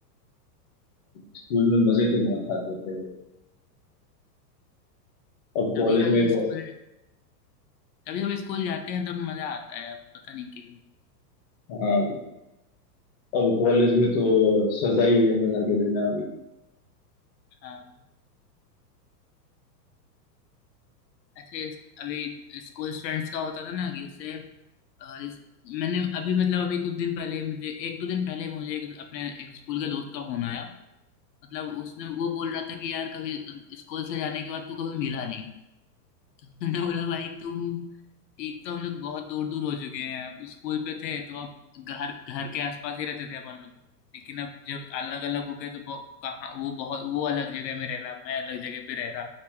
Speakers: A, on the left; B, on the left.
A: स्कूल में मजे तो बहुत आते थे अब
B: कभी
A: कॉलेज
B: कभी
A: में
B: स्कूल
A: वो
B: कभी कभी स्कूल जाते हैं तब मजा आता है पता नहीं क्यों
A: हाँ अब कॉलेज में तो सजा ही है मजा के देना अभी
B: हाँ ऐसे इस- अभी स्कूल फ्रेंड्स का होता था ना कि इससे अ, इस, मैंने अभी मतलब अभी कुछ दिन पहले मुझे एक दो दिन पहले मुझे एक, अपने एक स्कूल के दोस्त का फोन आया मतलब उसने वो बोल रहा था कि यार कभी स्कूल से जाने के बाद तू कभी मिला नहीं तो मैंने बोला भाई तुम एक तो हम लोग बहुत दूर दूर हो चुके हैं अब स्कूल पे थे तो अब घर घर के आसपास ही रहते थे अपन लोग लेकिन अब जब अलग अलग हो गए तो बहु- कहाँ वो बहुत वो अलग जगह में रह रहा मैं अलग जगह पे रह रहा